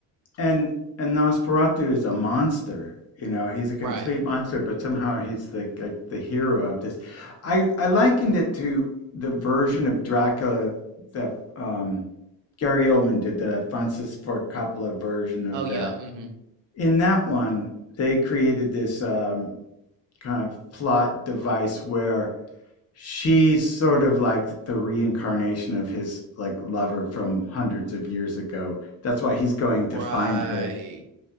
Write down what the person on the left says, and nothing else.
and and Nosferatu is a monster. You know, he's a complete
monster, but somehow he's the like the hero of this. I I likened it to the version of Dracula that um Gary Oldman did the Francis Ford Coppola version of
that.
In that one, they created this um, kind of plot device where she's sort of like the reincarnation of his like lover from hundreds of years ago. That's why he's going to
find her.